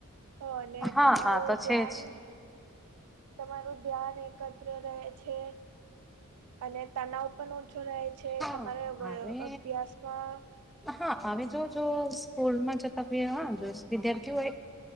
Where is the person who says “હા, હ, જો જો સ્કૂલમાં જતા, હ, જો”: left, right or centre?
Centre